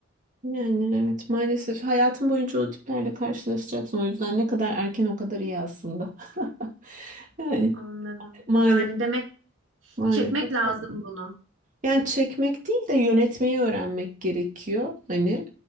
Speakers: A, on the right; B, on the right.
A: Yani evet maalesef hayatın boyunca o tiplerle karşılaşacaksın. O yüzden ne kadar erken o kadar iyi aslında. <laughs> Yani
B: Anladım.
A: maalesef,
B: Yani demek
A: maalesef.
B: çekmek lazım bunu.
A: Yani çekmek değil de yönetmeyi öğrenmek gerekiyor. Hani